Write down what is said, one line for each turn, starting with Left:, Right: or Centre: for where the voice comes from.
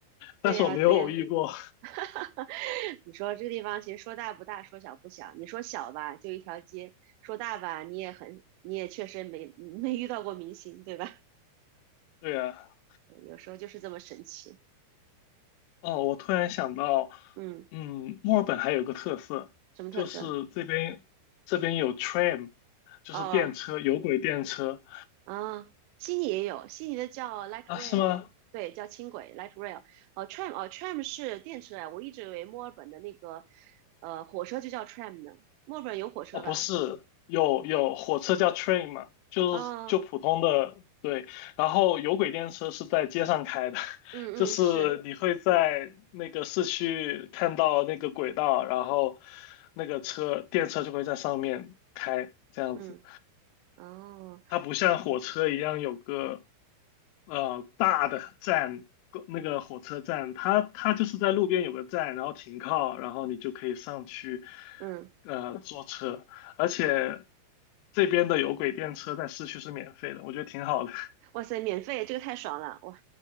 Left: 但是我没有偶遇过，
Right: 对呀对呀。<laughs> 你说这地方其实说大不大，说小不小。你说小吧，就一条街；说大吧，你也很，你也确实没没遇到过明星，对吧？
Left: <laughs> 对啊。
Right: 有时候就是这么神奇。
Left: 哦，我突然想到，
Right: 嗯，
Left: 嗯，墨尔本还有个特色，
Right: 什么特色？
Left: 就是这边这边有 t r a i n 就是电车，
Right: 哦，
Left: 有轨电车
Right: 啊，悉尼也有，悉尼的叫 light
Left: 啊，
Right: rail，
Left: 是吗？
Right: 对，叫轻轨 light rail。哦，tram，哦，tram 是电车呀，我一直以为墨尔本的那个呃火车就叫 tram 呢。墨尔本有火车吧？
Left: 哦，不是，有有火车叫 train 嘛，就是就普通的，
Right: 啊、
Left: 对，然后有轨电车是在街上开的，<laughs>
Right: 嗯嗯是，
Left: 就是你会在那个市区看到那个轨道，然后那个车电车就会在上面开，这样子。
Right: 嗯哦
Left: 它不像火车一样有个呃大的站，公那个火车站，它它就是在路边有个站，然后停靠，然后你就可以上去
Right: 嗯。
Left: 呃坐车，而且
Right: 嗯
Left: 这边的有轨电车在市区是免费的，我觉得挺好的。<laughs>
Right: 哇塞，免费，这个太爽了，哇，